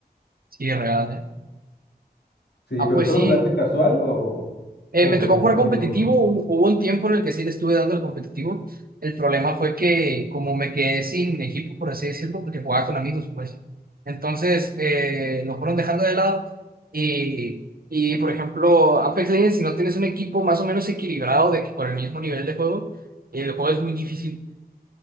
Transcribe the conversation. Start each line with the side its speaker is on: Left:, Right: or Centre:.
Right: Sí, real, ¿eh?
Left: Sí,
Right: Ah,
Left: pero
Right: pues
Left: ¿solo
Right: sí.
Left: jugaste en casual o,
Right: Eh,
Left: o
Right: me
Left: le
Right: tocó
Left: diste
Right: jugar
Left: un poquito
Right: competitivo,
Left: duro?
Right: hu- hubo un tiempo en el que sí le estuve dando el competitivo. El problema fue que como me quedé sin equipo, por así decirlo, porque jugaba con amigos, pues. Entonces eh, lo fueron dejando de lado y, y, por ejemplo, Apex Legends, si no tienes un equipo más o menos equilibrado de, por el mismo nivel de juego, el juego es muy difícil.